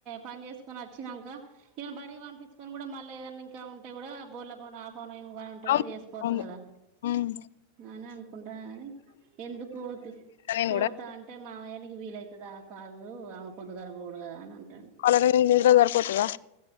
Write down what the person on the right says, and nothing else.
పని చేసుకొని అచ్చినంకా, ఈయను బడి పంపించుకొని కూడా మళ్ళీ ఏదన్నా ఇంకా ఉంటే కూడా బోల్ల పనో ఆ పనో పనో ఇగ వంట
కూడా చేసుకోవచ్చు
కదా.
అని అనుకుంటాన కాని ఎందుకు పోతి
పోతా
అంటే మామయ్యా ఎ నీకు వీలైతదా కాదు. ఆమెకు పొద్దుగాల పోవుడు కాదు అని అంటాడు.